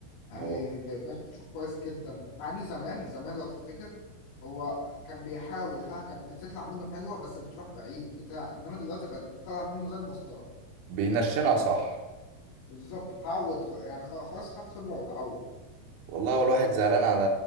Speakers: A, on the left (about 65°); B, on the right (about 85°).
A: يعني
B: هو
A: ب- بيعمل شغل كويس جدا مع إن زمان زمان لو تفتكر هو كان بيحاول ها كانت بتطلع منه حلوة بس بتروح بعيد بتاع إنما دلوقتي بقت طالعة منه زي المسطرة
B: بينشنها صح
A: بالظبط اتعود خ- يعني خ- خلاص خد خبرة واتعود
B: والله هو الواحد زعلان على